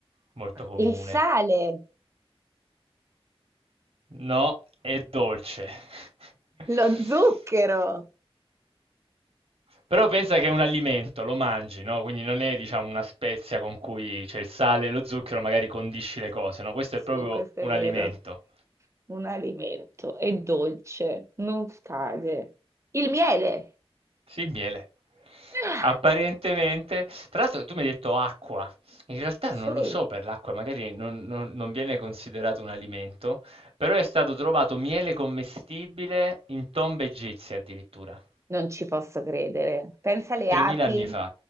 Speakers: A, on the right; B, on the right.
A: molto comune.
B: Il sale,
A: No, è dolce. <laughs>
B: lo zucchero.
A: Però pensa che è un alimento, lo mangi, no? Quindi non è, diciamo, una spezia con cui c'è il sale e lo zucchero, magari condisci le cose, no? Questo
B: Sì,
A: è proprio
B: questo è
A: un
B: vero.
A: alimento.
B: Un alimento, è dolce, non scade. Il miele.
A: Sì, il miele.
B: Ah!
A: Apparentemente, tra l'altro tu mi hai detto acqua, in realtà
B: Sì,
A: non lo so per l'acqua, magari non, non- non viene considerato un alimento, però è stato trovato miele commestibile in tombe egizie addirittura.
B: non ci posso credere. Pensa alle
A: 3000
B: api,
A: anni fa.